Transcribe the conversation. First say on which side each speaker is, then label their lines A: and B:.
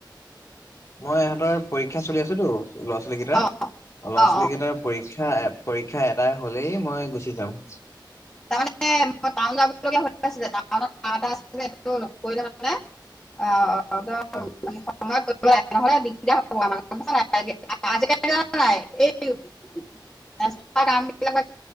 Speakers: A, on the left (about 40°); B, on the left (about 15°).
A: মই ইহঁতৰ পৰীক্ষা চলি আছোতো ল'ৰা ছোৱালী কেইটাৰ
B: অ'
A: ল'ৰা
B: অ'
A: ছোৱালী কেইটাৰ পৰীক্ষা পৰীক্ষা এটা হলেই মই গুচি যাম
B: তাৰ মমানে <unintelligible>
A: হয়
B: অ <unintelligible> <unintelligible> সোনকালে